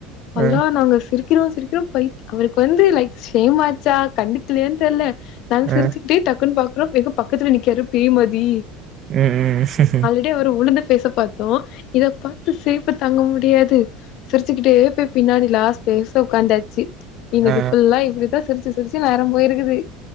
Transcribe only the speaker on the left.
அல்லா நாங்க ஸ் சிரிக்கிறோ சிரிக்கிறோ பய் அவருக்கு வந்து லைக் சேமாச்சா கண்டுக்கலையன்னு தெர்ல நாங்க
சிரிச்சுக்கிட்டே டக்குன்னு பாக்குறோ எங்க பக்கத்துல நிக்காரு பேய்மாதி
டே அவரு உளுந்த ஃபேஸ்ச பாத்தோ இத பாத்து சிரிப்பு தாங்க முடியாது சிரிச்சுக்கிட்டே போய் பின்னாடி லாஸ்ட் பேஸ்ல ஒக்காந்தாச்சு இன்னைக்கு
ஃபுல்லா இப்டித்தா சிரிச்சு சிரிச்சு நேரம் போயிருக்குது